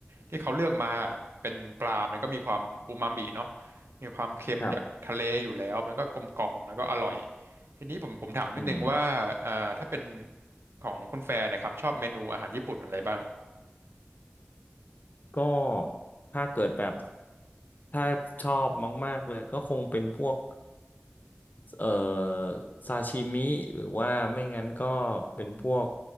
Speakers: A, on the right; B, on the left.
A: ที่เขาเลือกมาเป็นปลามันก็มีความอูมามิเนาะมีความเค็มจากทะเลอยู่แล้วมันก็กลมกล่อมแล้วก็อร่อย
B: ครับ
A: ทีนี้ผมผมถามนิดนึงว่าอ่าถ้าเป็น
B: อืม
A: ของคุณแฟร์เนยครับชอบเมนูอาหารญี่ปุ่นอะไรบ้าง
B: ก็ถ้าเกิดแบบถ้าชอบมากๆเลยก็คงเป็นพวกเอ่อซาชิมิหรือว่าไม่งั้นก็เป็นพวก